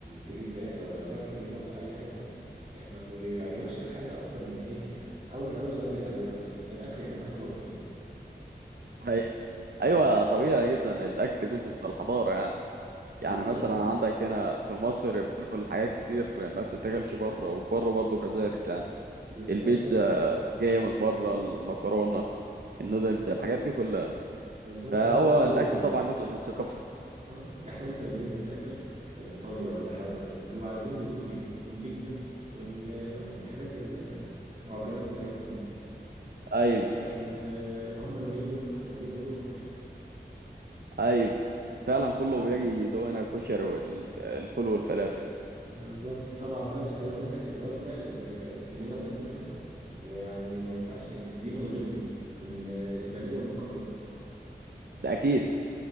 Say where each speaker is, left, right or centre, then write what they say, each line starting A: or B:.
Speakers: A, on the right; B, on the right.
A: تيجي تسافر ولا تروح تيجي تروح في اي حته ما ما بيعجبكش حاجه اكتر من ايه اول اول سؤال بيسالهولك الاكل هناك اخباره ايه
B: ايوه
A: اه
B: ايوه طبيعي جدا الاكل جزء من الحضاره يعني
A: بالظبط
B: يعني مثلا عندك هنا في مصر بناكل حاجات كتير ما بتتاكلش بره وبره برضه كذلك يعني
A: بالظبط
B: البيتزا
A: اه
B: جايه من
A: إيه،
B: بره المكرونه النودلز
A: اه
B: الحاجات دي كلها
A: بالظبط
B: فهو
A: هم برضو
B: الاكل طبعا جزء
A: <laughs>
B: من الثقافه
A: اه احنا مثلا لما نيجي نسافر آه، ايطاليا ولا حاجه مثلا بنبقى عايزين ندوق ايه البيتزا وال... والحاجات ال- المعجنات بتاعتهم دي
B: ايوه
A: لكن آه، هم لما يجوا هنا عايزين يدوقوا الكشري
B: ايوه فعلا
A: بس
B: كله
A: ف
B: بيجي يدوقنا الكشري والفول والفلافل
A: بالظبط طبعا بقى مش عايز اقول لك الوجبه اللي كلنا بناكلها ويعني ما ينفعش دي من غير دي ال- البانيه والمكرونه
B: ده اكيد